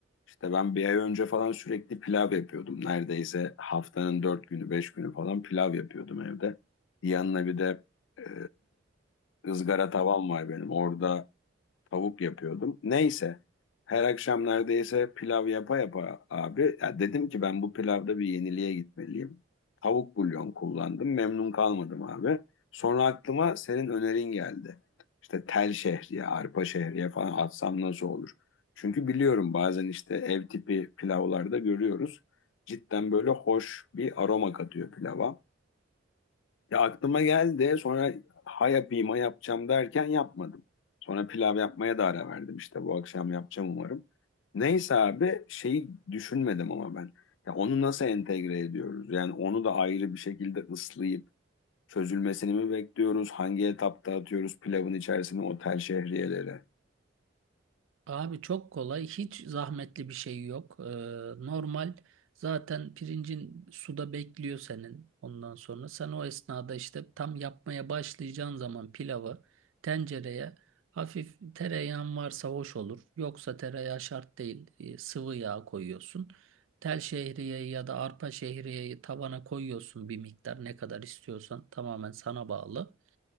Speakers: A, on the left (about 70°); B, on the right (about 80°).
A: İşte ben bir ay önce falan sürekli pilav yapıyordum. Neredeyse haftanın dört günü, beş günü falan pilav yapıyordum evde. Yanına bir de e, ızgara tavam var benim. Orada Tavuk yapıyordum. Neyse. Her akşam neredeyse pilav yapa yapa abi. Ya dedim ki ben bu pilavda bir yeniliğe gitmeliyim. Tavuk bulyon kullandım. Memnun kalmadım abi. Sonra aklıma senin önerin geldi. İşte tel şehriye, arpa şehriye falan atsam nasıl olur? Çünkü biliyorum bazen işte ev tipi pilavlarda görüyoruz. Cidden böyle hoş bir aroma katıyor pilava. Ya aklıma geldi sonra ha yapayım ha yapacağım derken yapmadım. Sonra pilav yapmaya da ara verdim işte bu akşam yapacağım umarım. Neyse abi şeyi düşünmedim ama ben. Ya onu nasıl entegre ediyoruz? Yani onu da ayrı bir şekilde ıslayıp çözülmesini mi bekliyoruz? Hangi etapta atıyoruz pilavın içerisine o tel şehriyeleri?
B: Abi çok kolay, hiç zahmetli bir şey yok. Ee, normal zaten pirincin suda bekliyor senin ondan sonra. Sen o esnada işte tam yapmaya başlayacağın zaman pilavı tencereye hafif tereyağın varsa hoş olur. Yoksa tereyağı şart değil, Ee, sıvı yağ koyuyorsun. Tel şehriyeyi ya da arpa şehriyeyi tavana koyuyorsun bir miktar ne kadar istiyorsan tamamen sana bağlı.